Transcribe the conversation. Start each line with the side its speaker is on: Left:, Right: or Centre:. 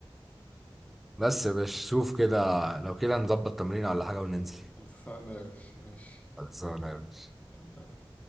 Centre: بس
Left: بس
Centre: يا باشا شوف كده لو كده نظبط تمرين ولا حاجه وننزل
Left: خلصانة يا باشا ماشي
Centre: خلصانه يا باشا
Left: يلا